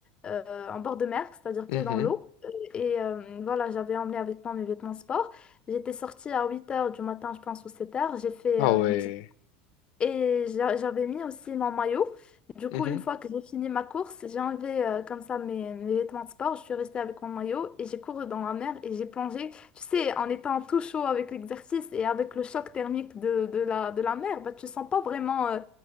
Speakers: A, on the left (about 20°); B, on the left (about 70°).
A: euh, en bord de mer, c'est-à-dire
B: mhm.
A: pied dans l'eau. Euh, Et euh, voilà, j'avais emmené avec moi mes vêtements sport. J'étais sortie à huit heures du matin, je pense, ou sept heures J'ai fait
B: Ah
A: euh,
B: ouais.
A: une petite et j'a- j'avais mis aussi mon maillot. Du
B: Mhm,
A: coup, une fois que j'ai fini ma course, j'ai enlevé euh, comme ça mes, mes vêtements de sport. Je suis restée avec mon maillot et j'ai couru dans la mer et j'ai plongé. Tu sais, en étant tout chaud avec l'exercice et avec le choc thermique de, de la, de la mer, bah, tu sens pas vraiment euh,